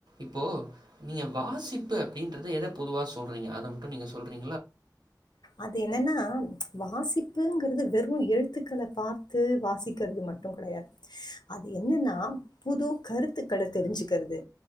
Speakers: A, on the right; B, on the left.
A: இப்போ நீங்க வாசிப்பு அப்படின்றது எத பொதுவ சொல்லுங்க அத மட்டும் நீ சொல்றீ
B: அது என்னன்னா வாசிப்புங்கிறது வெறும் எழுத்துக்களை பார்த்து வாசிக்கிறது மட்டும் கிடையாது அது என்னன்னா புது கருத்துக்களை தெரிஞ்சுக்கிறது